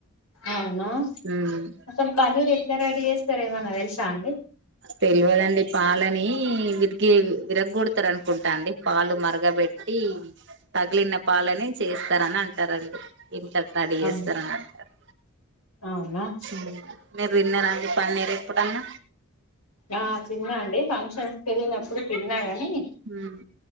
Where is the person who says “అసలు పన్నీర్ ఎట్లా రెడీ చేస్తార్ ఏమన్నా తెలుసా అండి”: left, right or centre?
Left